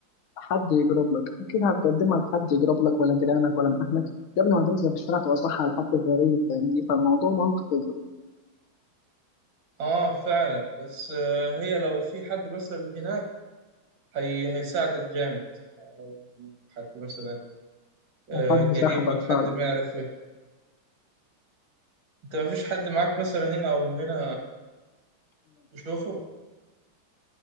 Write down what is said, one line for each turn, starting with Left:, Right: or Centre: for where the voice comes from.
Left: حد يجرب لك أكيد هتقدمها لحد يجرب لك ولا جيرانك ولا من أهلك قبل ما تنزل في الشارع توزعها على حد غريب فاهمني فالموضوع منطقي برضه
Right: اه فعلا بس آه، هي لو في حد مثلا هناك هي هيساعدك جامد لو حد مثلا آه،
Left: وحد
Right: قريبك
Left: ساحبك
Right: حد
Left: فعلا
Right: معرفة انت مفيش حد معاك مثلا هنا او هنا تشوفه